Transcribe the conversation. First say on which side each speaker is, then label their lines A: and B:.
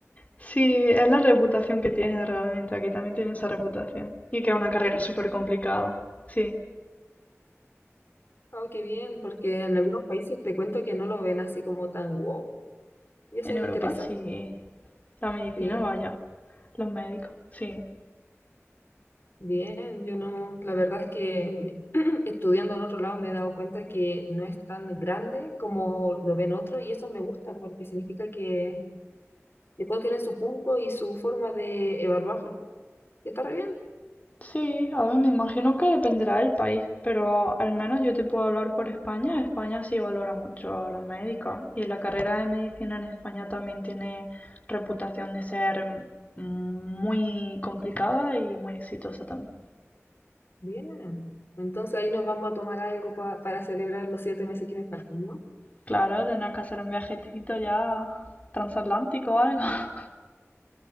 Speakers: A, on the left (about 30°); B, on the left (about 50°).
A: Sí, es la reputación que tiene realmente. Aquí también tiene esa reputación. Y que es una carrera
B: Sí,
A: súper complicada. Sí,
B: oh, qué bien, porque en algunos países te cuento que no lo ven así como tan wow. Y eso
A: en
B: es
A: Europa
B: interesante,
A: sí. La medicina,
B: sí.
A: vaya. Los médicos, sí.
B: Bien, yo no, la verdad es que me- <clears throat> estudiando en otro lado me he dado cuenta que no es tan grande como lo ven otros y eso me gusta porque significa que Y todos tienen su punto y su forma de evaluarlo. Y está re bien.
A: Sí, a ver, me imagino que dependerá del país, pero al menos yo te puedo hablar por España. España sí valora mucho a los médicos y la carrera de medicina en España también tiene reputación de ser mm, muy complicada y muy exitosa también.
B: Bien. Entonces ahí nos vamos a tomar algo pa- para celebrar los siete meses que me faltan, ¿no?
A: Claro, tendrás que hacer un viajecito ya transatlántico o algo. <laughs>